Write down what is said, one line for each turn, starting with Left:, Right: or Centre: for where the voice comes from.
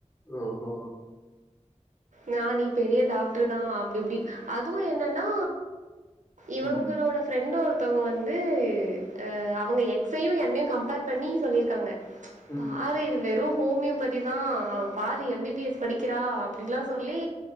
Left: ஓஹோ
Right: நா நீ பெரிய டாக்டரு தா அப்டி இப்டி அதுவு என்னன்னா இவங்களோட
Left: உம்,
Right: ஃப்ரெண்ட் ஒருத்தவங்க வந்து அ அவுங்க எக்ஸையு என்னையு கம்பேர் பண்ணி சொல்லி இருக்காங்க
Left: உம்,
Right: பாரு இது வெறு ஹோமியோபதி தா அவ பாரு
Left: உம்.
Right: எம் பி பி எஸ் படிக்கிறா அப்டில்லா சொல்லி